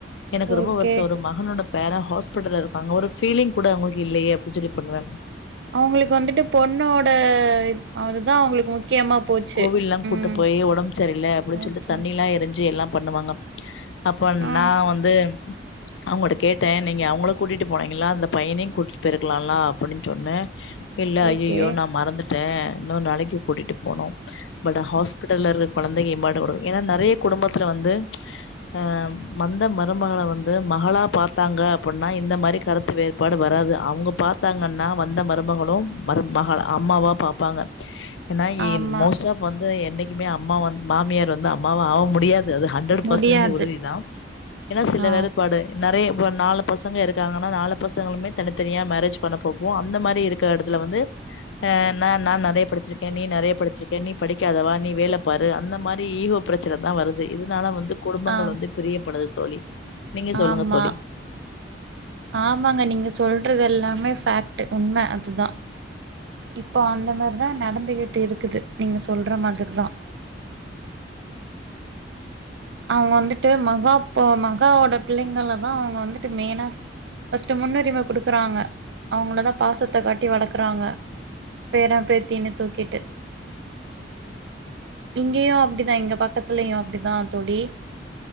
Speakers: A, on the left; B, on the right.
A: எனக்கு ரொம்ப
B: ஓகே
A: வருஷம் ஒரு மகன் ஒன்னு வேற ஹாஸ்பிட்டல்ல இருக்காங்க ஒரு ஃபீலிங் கூட அவங்களுக்கு இல்லையே அப்டின்னு <unintelligible> பண்ணுவ
B: அவங்களுக்கு வந்துட்டு பொண்ணோட அதுதான் அவங்களுக்கு முக்கியமா போச்சு.
A: கோவில்லாம் கூட்டு
B: ம்.
A: போய் உடம்பு செரில அப்டின்னு சொல்ட்டு
B: ஓகே.
A: தண்ணில்லா எரி ச்சி எல்லாம் பண்ணுவாங்க அப்போ
B: ஆ.
A: நான் வந்து அவங்கட்ட கேட்டேன் நீங்க அவங்களோ கூட்டிட்டு போனீங்கங்களா அந்த பையனையும் கூட்டிட்டு போயிருக்கலாம்லா அப்டின்னு சொன்னே இல்ல
B: ஓகே.
A: ஐயையோ நான் மறந்து டேன் இன்னொறு நாளைக்கு கூட்டிட்டு போனோம் பட் ஹாஸ்பிடல்ல இரு குழந்தங்க ஏம்பாடுடு ஏன்னா நெறைய குடும்பத்துல வந்து அஹ் வந்த மருமகள வந்து மகளா பார்த்தாங்க அப்புன்னா இந்த மாரி கருத்து வேறுபாடு வராது அவங்க பார்த்தாங்கன்னா வந்த மருமகளும் மரு மாகளா அம்மாவா பாப்பாங்க கின்
B: ஆமா.
A: மோஸ்ட் ஆப் வந்து என்னைக் கியுமே அம்மா வன் மாமியார் வந்து அம்மாவ ஆவ முடியாது அது அது ஹண்டரட்
B: முடியாது.
A: பசஜி உறுதி தான் ஏனா சில
B: ஆ.
A: வேறுபாடு நெறைய இப்ப நாலு பசங்க இருக்காங்கன்னா நாலு பசங்களுமே தனித்தனியா மேரேஜ் பண்ண பாப்போம் அந்த மாரி இருற இடத் துல வந்து ஆஹ் நான் நான் நெறைய படிச்சிரு கேன் நீ நெரைய படிச்சியிருக்கேன் நீ படிக்காதவா நீ வேல பாரு அந்த மாரி ஈகோ பிரச்சன தான் வருது இதனால வந் து குடும்பங்கள்
B: ஆ.
A: வந்து பிரியப்படுது தோலி நீங்க சொல்லுங்க
B: ஆமா.
A: தோலி
B: ஆமாங்க நீங்க சொல்றது எல்லாமே ஃபேக்ட் உண்மை அதுதா இப்போ அந்த மாரிதா நடந்துகிட்டு இருக்குது நீங்க சொல்ற மாதிரிதா அவங்க வந்துட்டு மகா இப்போ மகாவோட பிள்ளைங்களதா அவங்க வந்துட்டு மெய்னா ஃபஸ்ட் முன்னுரிம குடுக்குறாங்க அவங்களதா பாசத்த காட்டி வளக்குறாங்க பேரா பேத்தினு தூக்கிட்டு இங்கயு அப்டிதா இங்க பக்கத்துலயு அப்டிதா தோழி